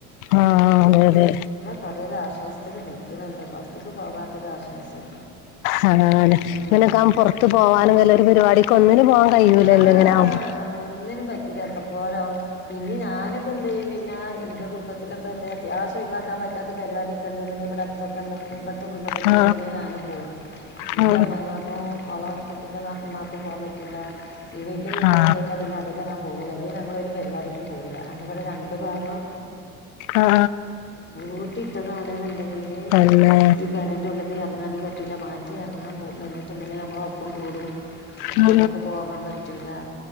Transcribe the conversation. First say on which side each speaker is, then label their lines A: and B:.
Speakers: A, on the left; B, on the left.
A: ആഹ്‌ അതെ അതെ
B: കുറേരാശ്വാസത്തിൽ നിൽക്കണ്ണ്ട് പുറത്തക്ക് പോകാത്തൊരുരാശ്വാസം
A: ആ അതെ
B: ഇനൊക്ക
A: ഇങ്ങനൊക്കെ ആകുമ്പോൾ പുറത്ത്
B: പുറത്ത
A: പോവാനും
B: പോവാനുംല്ല
A: വല്ല പരിപാടിക്ക്
B: ഒരു പരിപാടി
A: ഒന്നിനും പോകാൻ കഴിയൂലല്ലോ
B: ആഹ്
A: ഇങ്ങനെ ആകുമ്പോ
B: ഒന്നിനും പറ്റൂല എത്ര പോര പിന്ന ഞാനൊക്കെ എന്ത് ചെയ്യ പിന്നെൻ്റെ കുടുംബത്തിലൊക്കെ എന്ത ചെയ്യാ അത്യാവശ്യ ഒഴവാക്കാൻ പറ്റാത്ത പരിപാടിയക്കെ ഉണ്ടെങ്കിൽ ഇവിടെ ഇതൊക്കെണ്ട ഇടുത്തെ കുടുംബത്തിലൽണ്ടെങ്കെ
A: ആ
B: ഞാൻ പോകവും എൻ്റെ
A: ആ
B: അമ്മയിമാക്കും അവള കുട്ടിൻ്റെ ഇമ്മാക്കും പോകാൻ പറ്റൂല്ല ഇീടി എന്റെ വീട്ടിൽ
A: ആ
B: ഉണ്ടെങ്കില പിന്നെ അധികം പോവോള്ളൂ അത ഞമ്മൾ ഒരു പരിപാടിക്കും പോകില്ല അങ്ങ രണ്ട് ഭാഗം
A: ആ ആ,
B: ഊട്ടിട്ടതന്നണ്ടെങ്കില്
A: പിന്നെ
B: പേരൻ്റെ ഉളളിൽ ഇറങ്ങാനും പറ്റുല്ല മാറ്റിറങ്ങാൻ പോ നിട്ടുണ്ടെങ്കിൽ നമ്മള ഒപ്പം കൂടും അപ്പൊ
A: ഉം,
B: മ്മക്ക് പോകാൻ പറ്റൂല